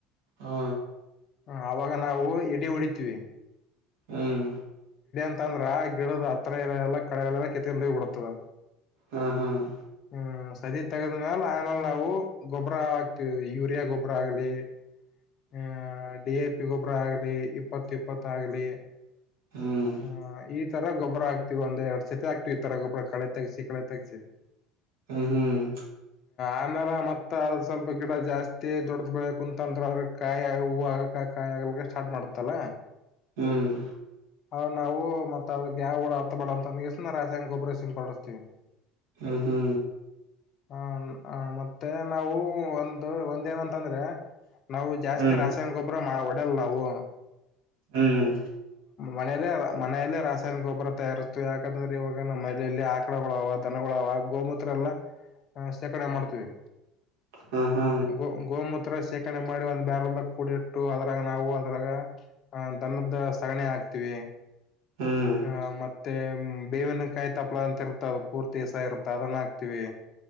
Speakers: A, on the right (about 75°); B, on the left (about 50°).
A: ಹಾ
B: ಹ ಅವಾಗ ನಾವು ಎಡಿ ಹೊಡಿತೀವಿ
A: ಹ್ಮ್
B: ಅಂತ ಅಂದ್ರ ಆ ಗಿಡದ ಹತ್ <unintelligible> ಎಲ್ಲ ಕಳಯೆಲ್ಲವ ಕಿತ್ಕಂಡ ಬಿಡುತ್ತವೆ
A: ಹ್ಮ ಹ್ಮ್
B: ಹ್ಮ್ ಸರಿ ತಗದ್ಮ್ಯಾಲ ಆಮೇಲೆ ನಾವು ಗೊಬ್ಬ್ರ ಆಕ್ತವಿ ಯೂರಿಯಾ ಗೊಬ್ಬರ ಆಗ್ಲಿ ಹ ಡಿ ಎ ಪಿ ಗೊಬರ ಆಗಲಿ ಯು ಇಪ್ಪತ್ ಇಪ್ಪತ್ ಆಗಲೀ
A: ಹ್ಮ್
B: ಹ ಈ ತರ ಗೊಬ್ಬರ ಆಗ್ತಿವಿ ಒಂದ್ ಎರಡ್ ಸ <unintelligible> ಈ ತರ ಗೊಬ್ರ ಕಳೆ ತೆಗ್ಸಿ ಕಳೆ ತೆಗ್ಸಿ
A: ಹ್ಮ್ ಹ್ಮ್
B: ಆಮೇಲೆ ಮತ್ತ ಅದ್ ಸ್ವಲ್ಪ ಗಿಡ ಜಾಸ್ತಿ ದೊಡ್ದು ಬೇಕು ಅಂತ ಅಂತ್ರದ <unintelligible> ಕಾಯಿ ಆಗ ಹೂವು ಆಗಕ ಕಾಯಿ <unintelligible> ಸ್ಟಾರ್ಟ್ ಮಾಡುತ್ತಲ
A: ಹ್ಮ್
B: ಅ ನಾವು ಮತ್ತ ಅದ ಯಾವ ಹುಳ ಹತ್ತ ಬಡ ಅಂತ <unintelligible> ರಾಸಾಯನಿಕ ಗೊಬ್ಬರ ಸಿಂಪಡುಸ್ತೀವಿ
A: ಹ ಹ್ಮ್
B: ಹ ಹ ಮತ್ತೆ ನಾವೂ ಒಂದು ಒಂದೇನಂತಂದ್ರೆ ನಾವು ಜಾಸ್ತಿ
A: ಹ್ಮ್
B: ರಾಸಾಯನ ಗೊಬ್ರ ಮಾಡಬಿಡ್ <unintelligible> ನಾವೂ
A: ಹ್ಮ್
B: ಮನೆಯಲ್ಲೇ ಮನೆಯಲ್ಲೇ ರಾಸಾಯನಿಕ ಗೊಬ್ಬರ ತಯಾರುಸ್ತಿವ್ ಯಾಕಂತಂದ್ರೆ ಇವಾಗ ನಮ್ಮ್ ಮದೆಯಲ್ಲಿ ಆಕಳುಗಳವ ದನಗುಳವ ಗೋಮೂತ್ರ ಎಲ್ಲ ಹ ಶೇಕರ್ಣೆ
A: ಹ್ಮ್
B: ಮಾಡ್ತೀವಿ
A: ಹಾ ಹಾ
B: ಗೋ ಗೋಮತ್ರ ಸಣೆ ಮಾಡಿ ಒಂದ್ ಬ್ಯಾರೆಲ್ಲ ಕೂಡಿಟ್ಟು ಅದ್ರಾಗ ನಾವು ಅದ್ರಾಗ ಆ ದನದ್ ಸಗಣಿ ಹಾಕ್ತೀವಿ
A: ಹ್ಮ್
B: ಹ ಮತ್ತೆ ಮ್ ಬೇವಿನ ಕಾಯಿ ತಪ್ಪಪ್ಳ ಅಂತ ಇರುತ್ತ ಅದು ಪೂರ್ತಿಸ ಇರುತ್ತ ಅದನ್ನ ಹಾಕ್ತೀವಿ